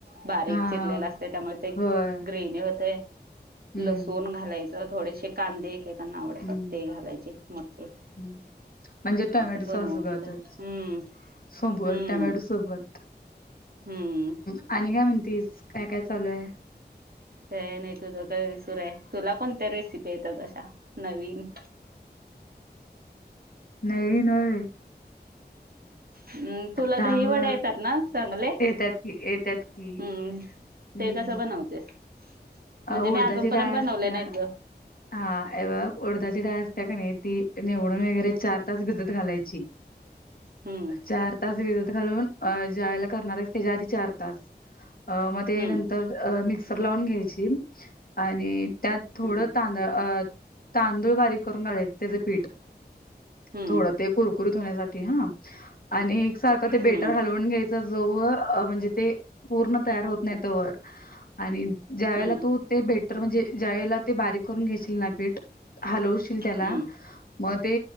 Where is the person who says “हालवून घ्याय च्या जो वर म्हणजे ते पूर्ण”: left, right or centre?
Left